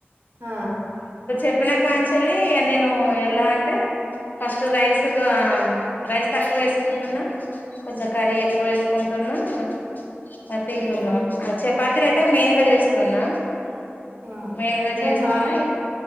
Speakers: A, on the right; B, on the left.
A: ఆ
B: చెప్పిన కాంచల్లి నేను ఎలా అంటే ఫస్ట్ రైస్ ఆ రైస్ తక్కువ వేసుకుంటున్నా కొంచం కర్రీ ఎక్కువ వేసుకుంట ంటన్నా తింటున్నా
A: హ్మ్.
B: ఆ చపాతీలు అయితే మెయిన్గా చేస్తున్నా
A: ఆ!
B: మెయిన్గా
A: అంటే
B: చేస్తున్నా
A: నా